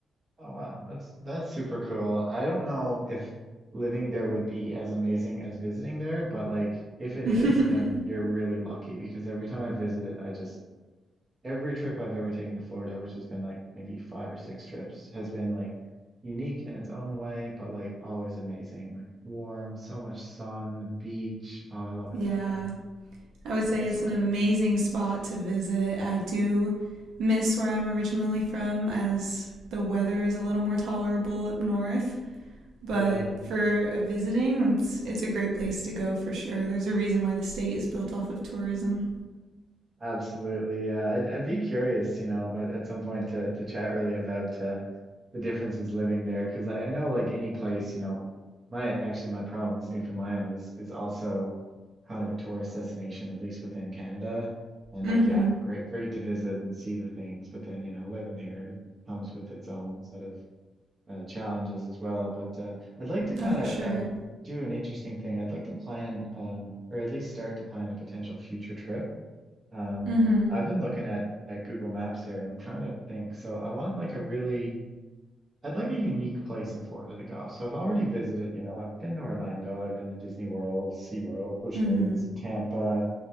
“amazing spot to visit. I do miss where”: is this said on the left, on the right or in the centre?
Right